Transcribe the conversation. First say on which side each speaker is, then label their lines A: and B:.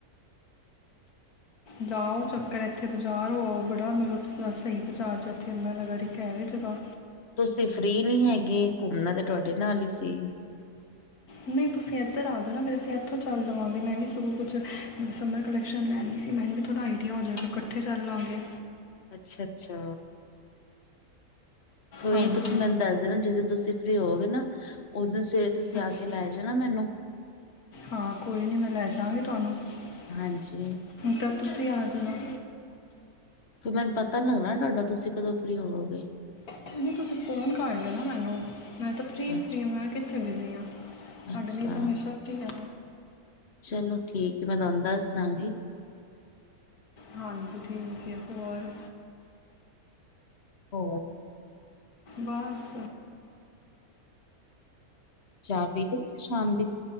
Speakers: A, on the left (about 80°); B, on the left (about 50°).
A: ਜਾਓ ਚੱਕਰ ਇੱਥੇ ਬਜ਼ਾਰ ਹੋ ਆਓ ਬੜਾ ਮਤਲ ਸ ਸਹੀ ਬਾਜ਼ਾਰ ਇੱਥੇ ਜਮੁਨਾ ਨਗਰ ਹੈਵੇ ਜਗ੍ਹਾ
B: ਤੁਸੀਂ ਫਰੀ ਨਹੀ ਹੈਗੇ ਘੁੰਮਣਾ ਤਾਂ ਤੁਹਾਡੇ ਨਾਲ ਹੀ ਸੀ।
A: ਨਹੀਂ ਤੁਸੀਂ ਇੱਧਰ ਆ ਜਾਓ ਨਾ। ਫਿਰ ਅਸੀ ਇੱਥੋਂ ਚੱਲ ਲਵਾਂਗੇ ਮੈਂ ਵੀ ਸਗੋਂ ਕੁਝ ਸਮਰ ਕਲੈਕਸ਼ਨ ਲੈਣੀ ਸੀ। ਥੋੜ੍ਹਾ ਆਈਡੀਆ ਹੋ ਜਾਵੇਗਾ, ਇਕੱਠੇ ਚੱਲ ਲਵਾਂਗੇ।
B: ਅੱਛਾ-ਅੱਛਾ। ਕੋਈ
A: ਹਾਂਜੀ
B: ਨੀ ਤੁਸੀ ਮੈਨੂੰ ਦੱਸ ਦੇਣਾ ਜਿਸ ਦਿਨ ਤੁਸੀ ਫਰੀ ਹੋਵੋਗੇ ਨਾ। ਉਸ ਦਿਨ ਸਵੇਰੇ ਤੁਸੀਂ ਆ
A: ਅੱਛਾ
B: ਕੇ ਲੈ ਜਾਣਾ ਮੈਨੂੰ।
A: ਹਾਂ ਕੋਈ ਨਹੀਂ ਮੈਂ ਲੈ ਜਾਂਵਾਗੀ ਤੁਹਾਨੂੰ
B: ਹਾਂਜੀ,
A: ਤਾਂ ਤੁਸੀ ਆ ਜਾਣਾ।
B: ਫਿਰ ਮੈਨੂੰ ਪਤਾ ਨੀ ਲੱਗਣਾ ਤੁਹਾਡਾ ਤੁਸੀ ਕਦੋਂ ਫਰੀ ਹੋਵੋਗੇ।
A: ਨਹੀਂ -ਨਹੀਂ ਤੁਸੀਂ ਫੋਨ ਕਰ ਲਓ ਨਾ ਮੈਨੂੰ। ਮੈਂ ਤਾਂ ਫਰੀ ਫਰੀ
B: ਅੱਛ
A: ਹਾਂ, ਮੈਂ ਕਿੱਥੇ ਬਿਜ਼ੀ ਹਾਂ। ਤੁਹਾਡੇ
B: ਅੱਛਾ,
A: ਲਈ ਤਾਂ ਹਮੇਸ਼ਾ ਫਰੀ ਆ।
B: ਚਲੋ ਠੀਕ ਏ, ਮੈਂ ਤੁਹਾਨੂੰ ਦੱਸ ਦਾਂਗੀ।
A: ਹਾਂਜੀ ਠੀਕ ਏ, ਹੋਰ।
B: ਹੋਰ।
A: ਬਸ।
B: ਚਾਹ ਪੀ ਲਈ ਤੁਸੀ ਸ਼ਾਮ ਦੀ।